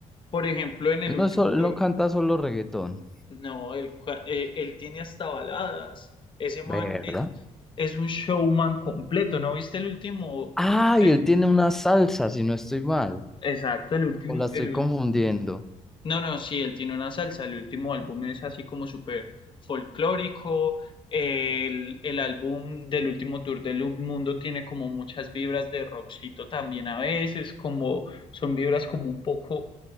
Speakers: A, on the left (about 40°); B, in the centre.
A: por ejemplo, en el
B: Él
A: último
B: no, es sol-
A: tour,
B: él no canta solo reggaetón,
A: no, él, cua- eh, él tiene hasta baladas. Ese
B: ¿verdad?
A: man, eh, es un showman completo, ¿no viste el último?
B: Ah, y
A: Eh,
B: él tiene una salsa, si no estoy mal,
A: exacto, el último,
B: o la estoy
A: el
B: confundiendo.
A: ul- No, no, sí, él tiene una salsa, el último álbum es así como súper folclórico, el, el álbum del último tour del mundo tiene como muchas vibras de rockcito también a veces, como son vibras como un poco